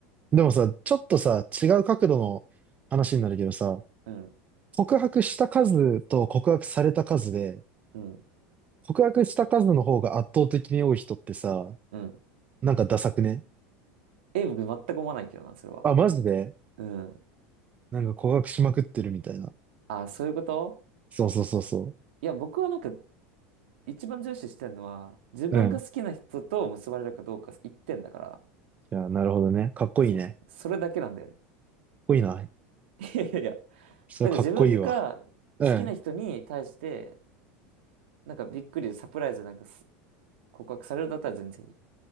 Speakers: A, on the right; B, on the right.
A: でもさ、ちょっとさ、違う角度の話になるけどさ、
B: うん、
A: 告白した数と告白された数で、
B: うん、
A: 告白した数の方が圧倒的に多い人ってさ、
B: うん。
A: なんかダサくね
B: え、僕全く思わないけどな、それは。
A: あ、マジで
B: うん。
A: なんか告白しまくってるみたいな。
B: あ、そういうこと
A: そうそうそうそ
B: いや、僕はなんか一番重視してるのは、自分が好きな人と結ばれるかどうか一点だから、
A: う。うん。いや、なるほどね。かっこいいね。
B: そう。
A: かっ
B: それだけなんだよね。
A: こいいな。
B: いやいやいや、
A: それはかっこいいわ。
B: なんか自分が好きな人に対して、
A: うん。
B: なんかびっくりサプライズなんかす告白されるだったら全然いい。